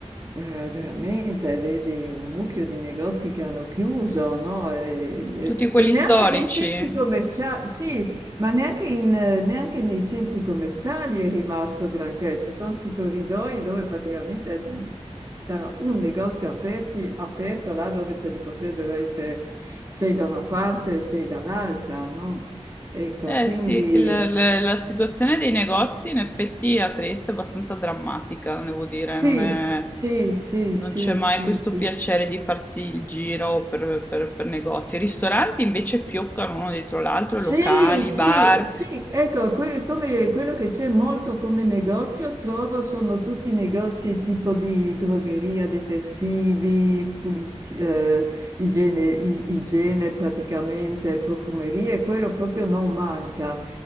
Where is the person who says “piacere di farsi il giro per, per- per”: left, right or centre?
Left